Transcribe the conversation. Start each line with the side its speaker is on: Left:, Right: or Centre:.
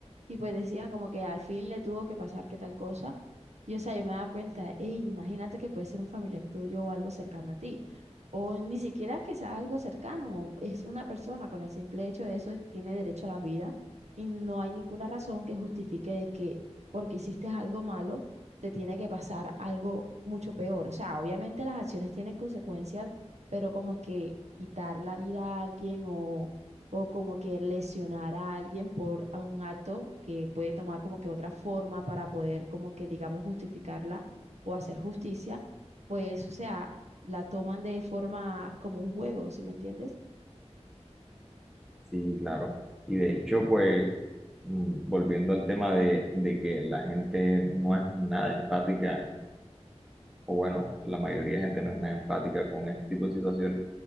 Right: y pues decían como que al fin le tuvo que pasar que tal cosa. Y o sea, yo me daba cuenta, hey, imagínate que puede ser un familiar tuyo o algo cercano a ti. O ni siquiera que sea algo cercano, es una persona con el simple hecho de eso tiene derecho a la vida y no hay ninguna razón que justifique de que porque hiciste algo malo te tiene que pasar algo mucho peor. O sea, obviamente las acciones tienen consecuencias, pero como que quitar la vida a alguien o o como que lesionar a alguien por a un acto que puede tomar como que otra forma para poder como que digamos justificarla o hacer justicia, pues o sea, la toman de forma como un juego, ¿sí me entiendes?
Centre: Sí, claro. Y de hecho pues mm, volviendo al tema de, de que la gente no es nada empática o bueno, la mayoría de gente no es nada empática con este tipo de situación.